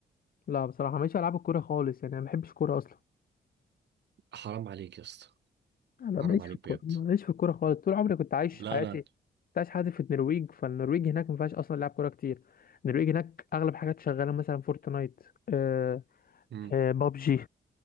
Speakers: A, on the left; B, on the right.
A: لا بصراحة ماليش العاب الكورة خالص يعني انا ما بحبش كورة اصلا
B: حرام عليك يا اسطى
A: انا
B: حرام
A: ماليش
B: عليك
A: في الكوره
B: بجد
A: ماليش في الكوره خالص طول عمري كنت عايش
B: لا
A: حياتي
B: انا
A: كنت عايش حياتي في النرويج فالنرويج هناك ما فيهاش اصلا لعب كوره كتير النرويج هناك اغلب حاجات شغاله مثلا فورتنايت آه
B: مم.
A: آه بابجي